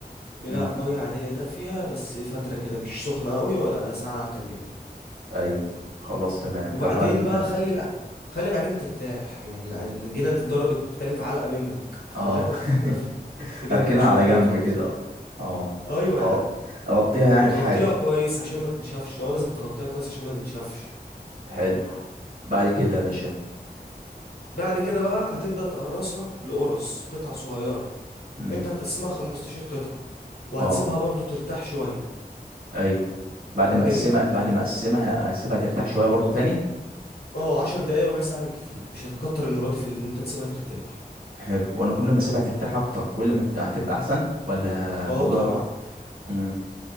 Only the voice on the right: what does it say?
امم
ايوه خلاص تمام
طب بعد كده
اه
<laughs>
هركنها
على جنب
كده اه
اه
اغطيها يعني
بحاجه
حلو بعد كده يا باشا
امم
اه
ايوه بعد
ما اقسمها
بعد
ما اقسمها اسيبها ترتاح شويه برضو تاني
حلو وانا كل ما اسيبها ترتاح اكتر كل ما الت- هتبقى احسن ولا
الموضوع
امم